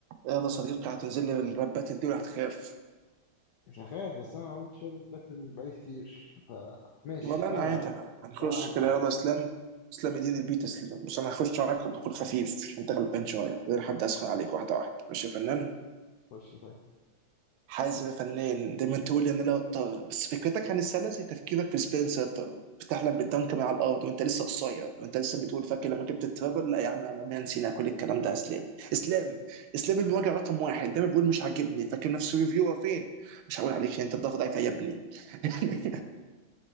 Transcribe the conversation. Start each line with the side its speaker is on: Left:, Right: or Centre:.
Right: يلا صديقي هتنزل لي الربات دي ولا هتخاف
Left: مش هخاف بس انا ما عملتش شوية باتل بقالي كتير فماشي
Right: ولا
Left: تعالى
Right: انا عادي
Left: يا عم
Right: هنخش
Left: تعالى احط
Right: كده
Left: عليك
Right: يلا اسلام اسلام يدين البيت اسلام بس انا هخش معاك دخول خفيف عشان انت غلبان شويه غير حد اسخن عليك واحده واحده ماشي يا فنان
Left: خش طيب
Right: حازم يا فنان دايما تقول لي ان لا اضطر بس فكرتك عن السله زي تفكيرك في السبنسر بتحلم بالدنك من على الارض وانت لسه قصير وانت لسه بتقول فاكر لما جبت الترابل لا يا عم يا عم عمرنا نسينا كل الكلام ده يا اسلام اسلام اسلام المواجع رقم واحد دايما بيقول مش عاجبني فاكر نفسه ريفيور فين مش هقول عليك انت الضغط ضعيف يا ابني <laughs>